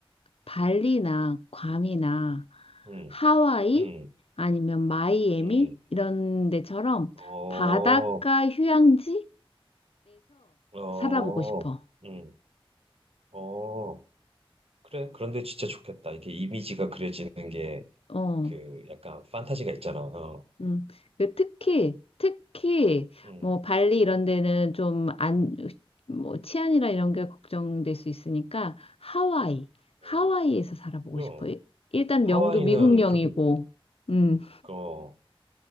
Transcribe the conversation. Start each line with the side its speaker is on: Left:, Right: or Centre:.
Left: 발리나 괌이나
Right: 음.
Left: 하와이
Right: 음,
Left: 아니면 마이애미
Right: 음,
Left: 이런 데처럼
Right: 어,
Left: 바닷가 휴양지에서
Right: 어,
Left: 살아보고 싶어.
Right: 음, 어, 그래. 그런데 진짜 좋겠다. 이게 이미지가 그려지는 게
Left: 어,
Right: 그 약간 판타지가 있잖아. 어,
Left: 음. 그 특히 특히
Right: 음,
Left: 뭐 발리 이런 데는 좀 안, 뭐 치안이나 이런 게 걱정될 수 있으니까 하와이, 하와이에서
Right: 어.
Left: 살아보고
Right: 그럼
Left: 싶어. 일- 일단
Right: 하와이는
Left: 영도 미국 영이고,
Right: 그렇게,
Left: 음,
Right: 어,